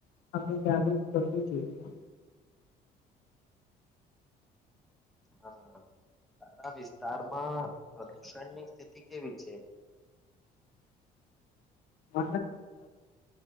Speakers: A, on the left; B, in the centre.
A: આપણે જાગૃત થવુ જોઇએ.
B: હા. તારા વિસ્તારમાં પ્રદુષણની સ્થિતિ કેવી છે?
A: <unintelligible>